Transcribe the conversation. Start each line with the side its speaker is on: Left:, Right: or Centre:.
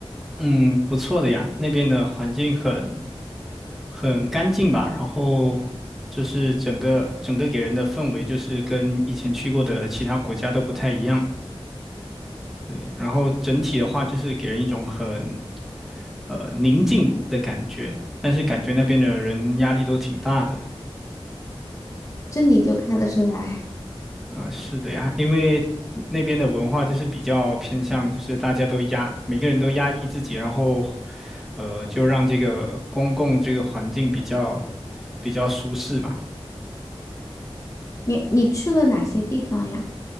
Centre: 嗯，不错的呀，那边的环境很很干净吧，然后就是整个整个给人的氛围就是跟以前去过的其他国家都不太一样，对，然后整体的话就是给人一种很呃宁静的感觉，但是感觉那边的人压力都挺大的。
Left: 这你都看得出来，
Centre: 是的呀，因为那边的文化就是比较偏向，就是大家都压，每个人都压抑自己，然后呃，就让这个公共这个环境比较比较舒适嘛。
Left: 你你去了哪些地方呀？